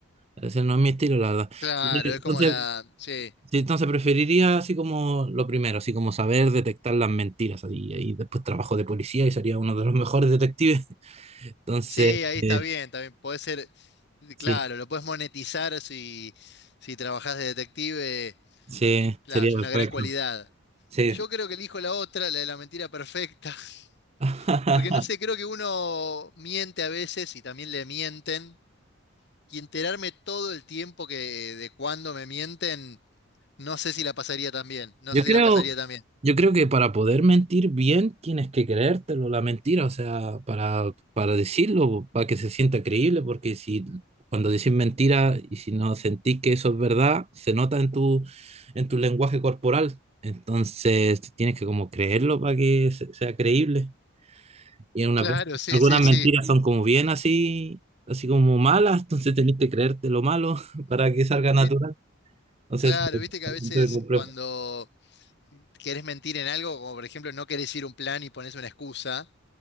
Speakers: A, on the right; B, on the left.
A: Ese no es mi estilo, la verdad.
B: Claro,
A: Entonces,
B: es como la... Sí,
A: sí, entonces preferiría así como lo primero, así como saber detectar las mentiras así, y después trabajo de policía y sería uno de los mejores detectives. <laughs> Entonces,
B: sí, ahí está
A: eh,
B: bien, también puede ser...
A: sí,
B: Claro, lo puedes monetizar si, si trabajás de detective.
A: sí,
B: Claro,
A: sería
B: es una
A: perfecto.
B: gran cualidad.
A: Sí.
B: Yo creo que elijo la otra, la de la mentira perfecta, <laughs>
A: <laughs>
B: porque no sé, creo que uno miente a veces y también le mienten, y enterarme todo el tiempo que de cuándo me mienten. No sé si la pasaría tan bien, no
A: Yo
B: sé
A: creo,
B: si la pasaría tan bien.
A: yo creo que para poder mentir bien tienes que creértelo, la mentira, o sea, para, para decirlo, para que se sienta creíble, porque si cuando decís mentira y si no sentís que eso es verdad, se nota en tu, en tu lenguaje corporal. Entonces tienes que como creerlo para que se- sea creíble. Y algunas
B: Claro,
A: veces-
B: sí,
A: algunas
B: sí,
A: mentiras
B: sí.
A: son como bien así, así como malas, entonces tenés que creerte lo malo <laughs> para que salga natural.
B: Vi-
A: Entonces,
B: claro,
A: es
B: viste que
A: bastante
B: a veces
A: complejo.
B: cuando querés mentir en algo, como por ejemplo no querés ir a un plan y pones una excusa,